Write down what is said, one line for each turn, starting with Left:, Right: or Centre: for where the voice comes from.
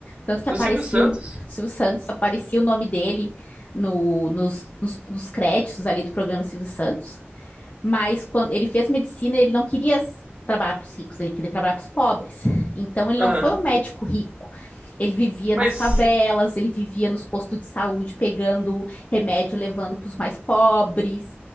Left: tanto que
Right: do
Left: aparecia
Right: Silvio Santos?
Left: o Silvio Santos, aparecia o nome dele no, nos, nos, nos créditos ali do programa Silvio Santos. Mas quando ele fez medicina, ele não queria s- trabalhar para os ricos, ele queria trabalhar para os pobres. Então ele não
Right: Aham.
Left: foi um médico rico. Ele vivia nas
Right: Mas.
Left: favelas, ele vivia nos postos de saúde pegando remédio, e levando para os mais pobres.